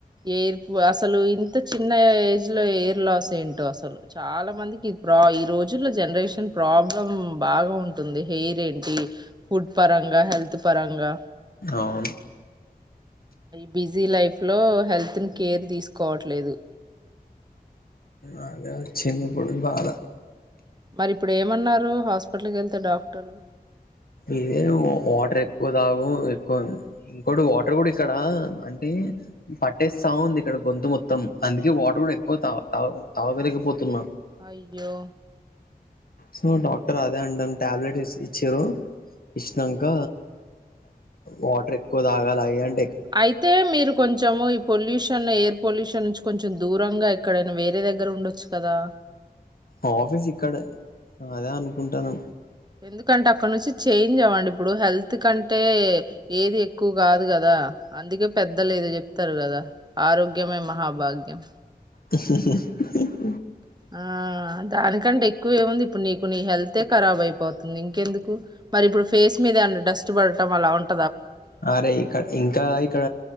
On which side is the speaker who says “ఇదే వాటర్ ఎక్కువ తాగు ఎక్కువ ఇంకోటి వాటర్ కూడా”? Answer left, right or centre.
Left